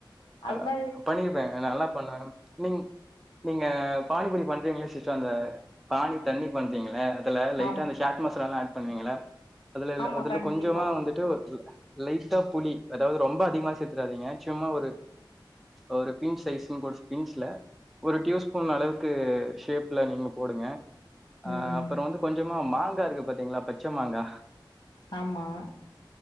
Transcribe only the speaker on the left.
அது மா
ஆம்
ஆமா
கண்டிப்பா
ம்
ஆமா